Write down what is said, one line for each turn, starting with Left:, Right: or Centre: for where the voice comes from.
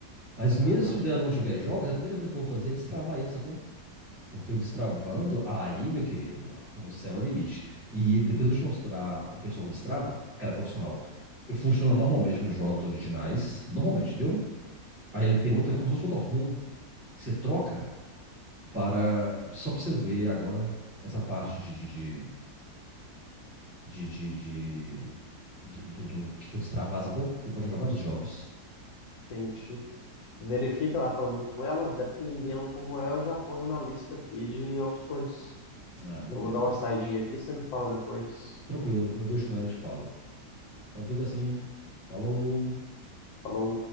Right: Mas mesmo
Left: Aham,
Right: se o dela não tiver jogos, a primeira coisa que eu vou fazer é destravar ele, sacou? Porque eu destravando, aí, meu querido, o céu é o limite. E depois eu vou te mostrar o pessoal que destrava, cara profissional. Funciona normalmente com os jogos originais, normalmente, entendeu? Aí ele tem outra, como se fosse outra ROM, que você troca para, só para você ver agora essa parte de, de, de, de, de- de- do, do- do que foi destravado, sacou? Você pode jogar vários jogos.
Left: entendi. Verifica lá para mim com ela, dependendo como é, eu já ponho na lista aqui de opções.
Right: Ah, beleza,
Left: Eu vou dar uma
Right: então.
Left: saidinha aqui, você me fala depois.
Right: Tranquilo, eu vejo com ela e te falo. Então fica assim, falou.
Left: Falou.